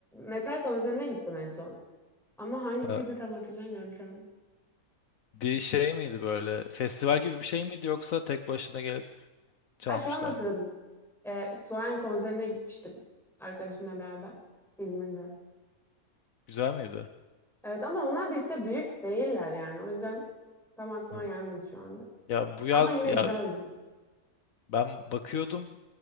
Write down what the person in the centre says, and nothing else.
metal konserine gittim en son. Ama hangisiydi
tam hatırlamıyorum şu an.
Ha şu an hatırladım.
E, Suayen konserine gitmiştim arkadaşımla beraber İzmir'de.
Evet ama onlar da işte büyük değiller yani. O yüzden tam aklıma
gelmedi şu anda.
Ama yine
güzeldi.